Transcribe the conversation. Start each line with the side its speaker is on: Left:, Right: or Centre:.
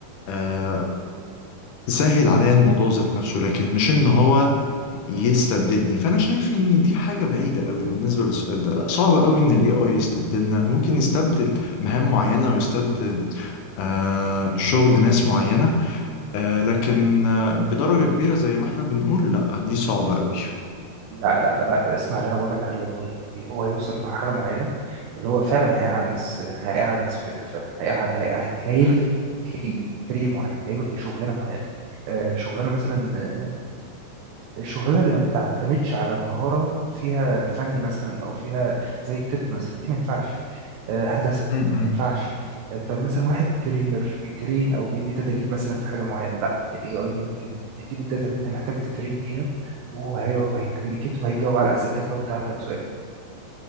Left: آه، تسهل عليا الموضوع ذات نفسه لكن مش ان هو يستبدلني فانا شايف ان دي حاجه بعيده قوي بالنسبه للسؤال ده لا صعب قوي ان الاي اي يستبدلنا ممكن يستبدل مهام معينه ويستبدل آه شغل ناس معينه آه لكن آه بدرجه كبيره زي ما احنا بنقول لا دي صعبه قوي
Right: لا لا لا اسمع اللي انا بقول لك عليه والله هو هيوصل لمرحله معينه اللي هو فعلا هيقعد ناس هيقعد ناس في بيتها فعلا هيقعد هي- هيلغي كارير معين هيلغي شغلانه معينه آه، شغلانه مثلا آه، الشغلانه اللي ما بتعتمدش على مهاره فيها فن مثلا او فيها زي الطب مثلا دي ما ينفعش آه، هندسه
Left: م-م.
Right: ما ينفعش آه، طيب مثلا واحد ترينر بيترين او بيدي تدريب مثلا في حاجه معينه لا الاي اي ممكن تديله الداتا اللي انت محتاج تترين بيها وهيقعد وهيكمليكيت وهيجاوب على اسئلتك لو انت عندك سؤال